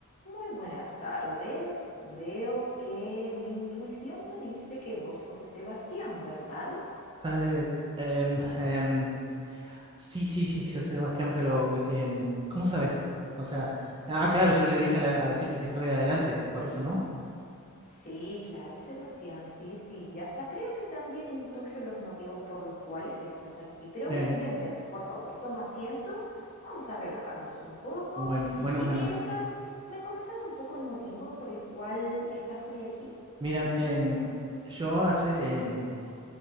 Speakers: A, on the left; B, on the right.
A: Muy buenas tardes. Veo que mi intuición me dice que vos sos Sebastián, ¿verdad?
B: Eh, em, em, sí, sí, sí, yo sé, Sebastián, pero eh, que, em, ¿cómo sabes? O sea, ah, claro, yo le dije a la, a la chica que estaba ahí adelante, por eso, ¿no?
A: Sí, claro, Sebastián, sí, sí. Y hasta creo que también intuyo los motivos por los cuales estás aquí. Pero
B: Eh,
A: ven, ven, ven, por favor, toma asiento. Vamos a relajarnos un poco.
B: bueno, bueno,
A: Y
B: bueno.
A: mientras me comentas un poco el motivo por el cual estás hoy aquí.
B: Mira, em, yo hace, em,